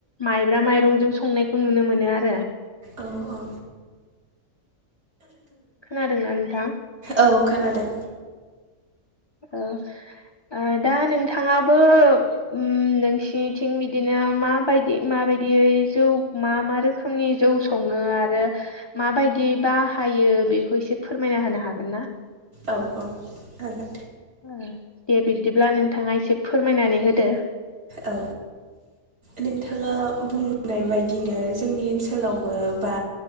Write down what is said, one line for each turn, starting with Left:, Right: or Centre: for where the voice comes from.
Left: माइब्रा माइरंजों संनायखौ नुनो मोनो आरो
Right: औ औ
Left: खोनादोंना नोंथां?
Right: औ खोनादों
Left: औ ओ दा नोंथाङाबो उम नोंसिनिथिं बिदिनो माबायदि माबायदियै जौ मा मा रोख खोमनि जौ सङो आरो माबायदि बाहायो बेखौ इसे फोरमायना होनो हागोन ना
Right: औ औ होगोन
Left: <unintelligible> दे बिब्दिब्ला नोंथाङा इसे फोरमायनानै होदो
Right: औ नोंथाङा बुंनाय बायदिनो जोंनि ओनसोलावबो बा